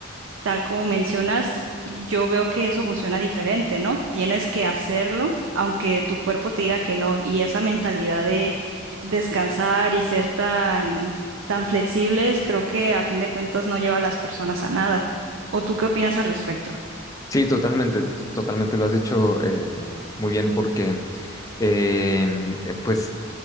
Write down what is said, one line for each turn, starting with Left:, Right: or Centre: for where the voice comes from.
Right: Tal como mencionas, yo veo que eso funciona diferente, ¿no? Tienes que hacerlo aunque tu cuerpo te diga que no. Y esa mentalidad de descansar y ser tan, tan flexibles, creo que a fin de cuentas no lleva a las personas a nada. ¿O tú qué opinas al respecto?
Left: Sí, totalmente, t- totalmente lo has dicho eh, muy bien, porque eh, eh, pues